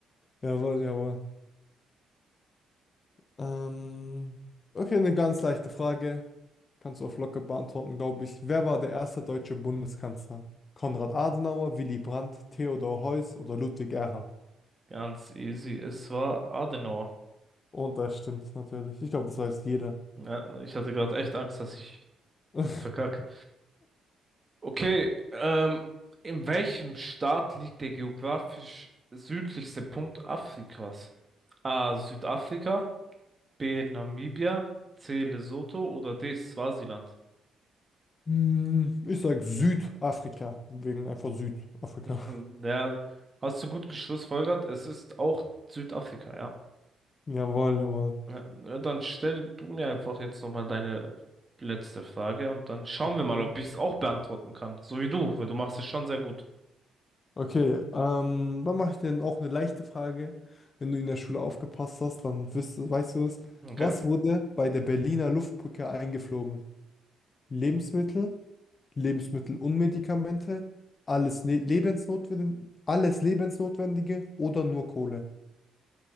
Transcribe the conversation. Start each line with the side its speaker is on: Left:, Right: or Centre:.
Left: Jawohl, jawohl. Ähm, okay, eine ganz leichte Frage. Kannst du auf locker beantworten, glaube ich. Wer war der erste deutsche Bundeskanzler? Konrad Adenauer, Willy Brandt, Theodor Heuss oder Ludwig Erhard?
Right: Ganz easy. Es war Adenauer.
Left: Und das stimmt natürlich. Ich glaube, das weiß jeder.
Right: Ja, ich hatte gerade echt Angst, dass ich
Left: <laughs>
Right: Das ist verkackt. Okay, ähm, in welchem Staat liegt der geografisch südlichste Punkt Afrikas? A. Südafrika, B. Namibia, C. Lesotho oder D. Swasiland?
Left: Hm, Ich sag Südafrika, wegen einfach Südafrika.
Right: Hm,
Left: <laughs>
Right: Ja, hast du gut geschlussfolgert? Es ist auch Südafrika, ja.
Left: Jawohl, jawohl.
Right: Ja, na, dann stell du mir einfach jetzt nochmal deine letzte Frage und dann schauen
Left: Okay,
Right: wir mal, ob ich es auch beantworten kann. So wie du, weil du machst es schon sehr gut.
Left: okay ähm, dann mache ich dir auch eine leichte Frage. Wenn du in der Schule aufgepasst hast, dann wirst du, weißt du es.
Right: Okay.
Left: Was wurde bei der Berliner Luftbrücke eingeflogen? Lebensmittel, Lebensmittel und Medikamente, alles, ne Lebensnotwendige, alles Lebensnotwendige oder nur Kohle?